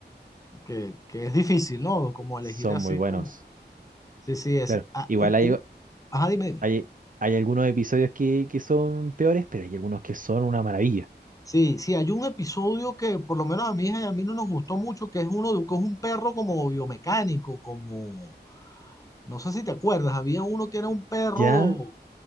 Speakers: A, on the left; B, on the right.
A: que, que es difícil, ¿no? Como elegir
B: son
A: así
B: muy buenos.
A: como... Sí, sí, ese...
B: Claro,
A: ah,
B: igual
A: u-
B: hay,
A: u- Ajá, dime, dime.
B: hay, hay algunos episodios que, que son peores, pero hay algunos que son una maravilla.
A: Sí, sí, hay un episodio que por lo menos a mi hija y a mí no nos gustó mucho, que es uno de que es un perro como biomecánico, como... No sé si te acuerdas, había uno que era un perro
B: ¿Ya?